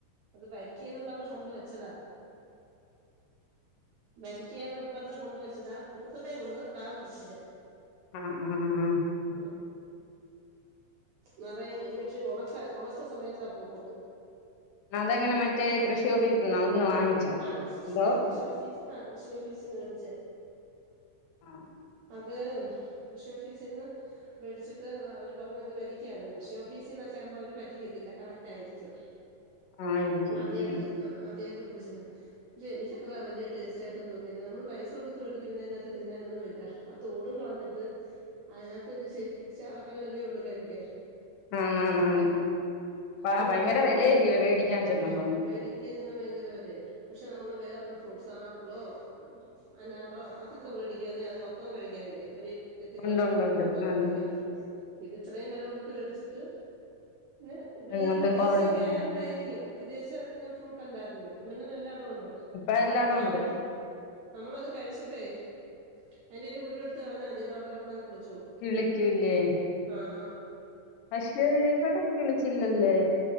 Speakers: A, on the right; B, on the left.
A: അത് വരിക്കേന്നും പറഞ്ഞ് കൊണ്ട് വെച്ചതാ വരിക്കയാന്നും പറഞ്ഞു കൊണ്ടുവെച്ചതാ പൂത്തതെ ഒള്ളൂ കാ പിടിച്ചില്ല
B: ആഹ് ആഹ് ആഹ്
A: ആഹ് നെറയും ഈ പക്ഷെ ഉണക്ക ഉണക്ക സമയത്താ പൂത്തത്
B: അതെങ്ങനെ മറ്റേ കൃഷി ഓഫീസിന്നോ അവിടുന്ന് വാങ്ങിച്ചോ
A: ആഹ്
B: അതോ
A: കൃഷി ഓഫീസ് ആഹ് കൃഷി ഓഫീസിന്ന് മേടിച്ചേ
B: ആഹ്
A: അത് കൃഷി ഓഫീസിന്ന് മേടിച്ചിട്ട്- എന്നിട്ട് പറഞ് ഇത് വരിക്കയാന്ന് കൃഷി ഓഫീസിന്നൊക്കെ ആവുമ്പോ അവര് പറ്റിക്കത്തില്ല കറക്റ്റ് ആയിരിക്കും
B: ആയിരിക്കും
A: ആദ്യായിട്ട്
B: ഉം
A: ആഹ് ആദ്യായിട്ട് വിളിച്ചതാ പക്ഷെ എനിക്കത്ര വല്ല്യ ടേസ്റ്റ് ആയിട്ടും തോന്നീല്ല നമ്മള് പൈസ കൊടുത്ത് മേടിക്കുന്നതിനകത്ത് തിന്നാനൊന്നും ഇല്ല തോടും കളഞ്ഞിട്ട് അതിനകത്തെരു ശരി ശാഹലല്ലേ ഒള്ളു കഴിക്ക്യാൻ
B: ആന്നാന്ന് ആന്ന് ആ
A: ഒരു
B: ഭയങ്കര
A: കുരുവുണ്ട്
B: വിലയല്ലയോ മേടിക്കാൻ ചെല്ലുമ്പോ
A: മേടി ക്ക്യാൻ ചെന്ന ഭയങ്കര വെലയ പക്ഷെ നമ്മള് വേറൊരു ഫ്രൂട്ട്സ് ആപ്പ്ളോ അനാറോ അതൊക്കെ വേടിക്ക്യാന്നെ അത് മൊത്തം കഴിക്ക്യാനില്ലേ തൊലി ചെത്തിക്കളഞ്ഞാ
B: ഉണ്ട് ഉണ്ട്
A: മോ
B: ഉണ്ട്
A: മൊത്തോം
B: അത്
A: കഴിക്ക്യാനുണ്ട് ഇത് ഇത്രേം വേല കൊടുത്ത് മേടിച്ചിട്ട് പിന്നെ ഇപ്പൊ
B: അതിനകത്ത്
A: ഈ ഒരു വിദേശിയൊക്കെ
B: കുറവില്ല
A: ആയത് കൊണ്ടായിരിക്യും വിദേശ ഇനം ഫ്രൂട്ടല്ലായിരുന്ന് ഇപ്പൊ പിന്നെ എല്ലാടോ ഉണ്ട്
B: അ എല്ലാടോ
A: അത്
B: ഉണ്ട്
A: നമ്മള് നമ്മളത് കഴിച്ചിട്ടെ അയിന്റെ ഒരു കുരു എടുത്ത് കളഞ്ഞാ മതി അത് അവടെ കടന്നങ് കിളി
B: കിളിക്യൂ ഇല്ലേ
A: ആ ഹാ
B: പക്ഷേ ഇവടെ കിളിച്ചില്ലല്ലേ